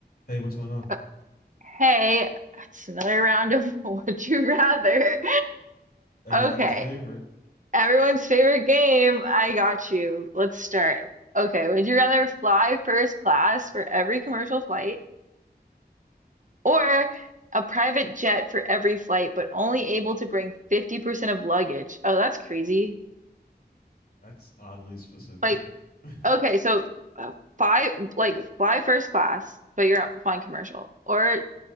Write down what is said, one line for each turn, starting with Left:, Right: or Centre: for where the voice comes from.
Left: Hey, what's going on?
Right: Uh, Hey, it's another round of <laughs> Would You Rather.
Left: Everybody's
Right: Okay,
Left: favorite.
Right: everyone's favorite game. I got you. Let's start. Okay, would you rather fly first class for every commercial flight or a private jet for every flight, but only able to bring 50% of luggage? Oh, that's crazy.
Left: That's oddly specific.
Right: Like,
Left: <laughs>
Right: okay, so uh, fly like fly first class, but you're flying commercial, or